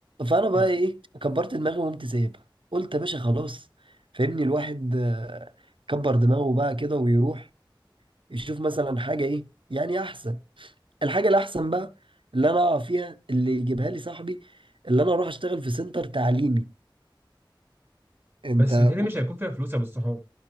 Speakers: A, on the right (about 75°); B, on the right (about 20°).
A: فانا بقى
B: بس
A: ايه كبرت دماغي وقمت سايبها قلت يا باشا خلاص فاهمني الواحد آه، كبر دماغه بقى كده ويروح يشوف مثلا حاجة ايه يعني احسن الحاجه الاحسن بقى اللي انا اقع فيها اللي يجيبها لي صاحبي اللي انا اروح اشتغل في سنتر تعليمي انت
B: بس بتهيألي مش هيكون فيها فلوس يا ابو الصحاب